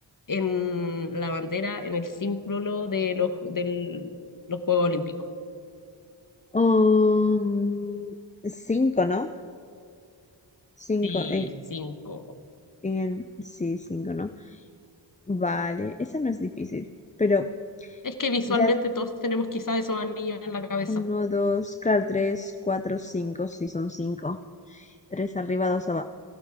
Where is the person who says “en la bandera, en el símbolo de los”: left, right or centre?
Left